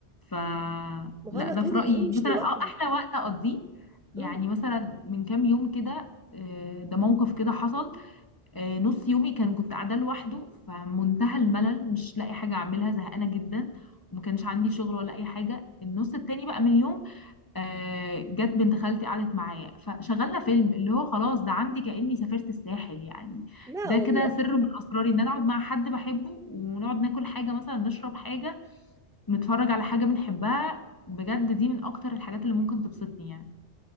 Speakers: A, on the left (about 20°); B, in the centre.
A: ف
B: ما
A: لا
B: هو انا
A: ده
B: طول
A: في
B: اليوم
A: رأيي
B: مش
A: مثلا
B: لوحدي
A: اه احلى وقت اقضيه يعني
B: امم
A: مثلا من كام يوم كده آه، ده موقف كده حصل آه، نص يومي كان كنت قاعده لوحده فمنتهى الملل مش لاقي حاجه اعملها زهقانه جدا وما كانش عندي شغل ولا اي حاجه النص التاني بقى من اليوم آه، جت بنت خالتي قعدت معايا فشغلنا فيلم اللي هو خلاص ده عندي كأني سافرت الساحل يعني
B: لا
A: ده
B: والله
A: كده سر من اسراري ان انا اقعد مع حد بحبه ونقعد ناكل حاجه مثلا نشرب حاجه نتفرج على حاجة بنحبها بجد دي من أكتر الحاجات اللي ممكن تبسطني يعني